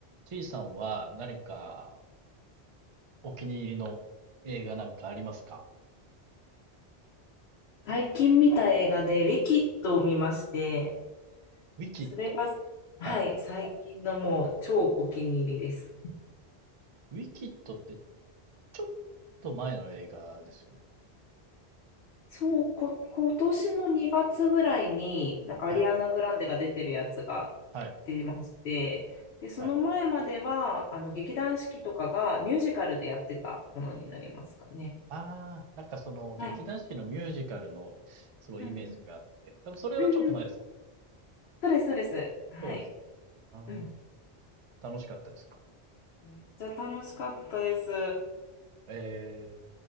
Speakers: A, on the right (about 45°); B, on the left (about 70°).
A: T さんは何かお気に入りの映画なんかありますか
B: 最近見た映画で、ウィキッドを見まして、
A: ウィキッド。
B: それが、はい、
A: はい。
B: 最近のもう超お気に入りです。
A: ウィキッドってちょっと前の映画ですよね。
B: そう、こ、今年の2月ぐらいに、なんかアリアナ・
A: はい。
B: グランデが出てるやつが
A: はい。
B: 出まして、で、その前までは、
A: はい。
B: あの、劇団四季とかがミュージカルでやってたものになりますかね。
A: ああ、なんかその劇団四季のミュージカルのすごいイメージがあって、
B: はい。うんうん。
A: 多分それはちょっと前ですもん。
B: うんうん。そうです、そうです。はい。
A: そうですよね。ああ、
B: うん。
A: 楽しかったですか。
B: めっちゃ楽しかったです。
A: ええ、